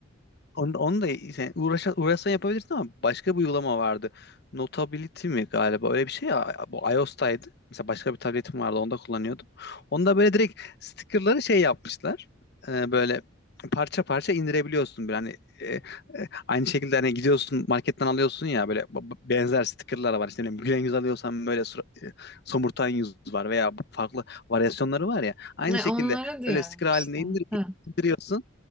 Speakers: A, on the left; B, in the centre.
A: Onu, onu da yani uğraşa, uğraşsan yapabilirsin ama başka bir uygulama vardı. Notability mi galiba öyle bir şey ya. Bu iOS'taydı. Mesela başka bir tabletim vardı onda kullanıyordum. Onda böyle direkt stickerları şey yapmışlar. Ee, böyle parça parça indirebiliyorsun. Böyle hani e, e, aynı şekilde hani gidiyorsun marketten alıyorsun ya böyle b- b- benzer stickerlar var. İşte ne bileyim, gülen yüz alıyorsan böyle sura- e, somurtan yüz var veya farklı varyasyonları var ya. Aynı
B: Ne,
A: şekilde
B: onları diyorum
A: öyle sticker halinde
B: işte.
A: indir,
B: Ha.
A: indiriyorsun.